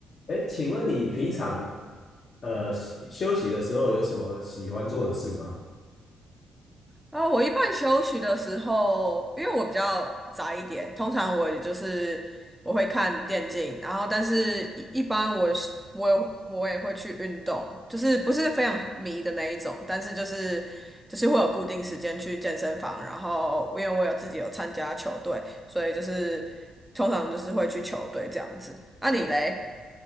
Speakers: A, on the left; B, in the centre.
A: 哎，请问你平常呃休休息的时候有什么喜欢做的事吗？
B: 啊，我一般休息的时候，因为我比较宅一点，通常我也就是我会看电竞，然后但是一一般我是我也我也会去运动，就是不是非常迷的那一种，但是就是就是会有固定时间去健身房，然后因为我有自己有参加球队，所以就是通常就是会去球队这样子。那、你嘞？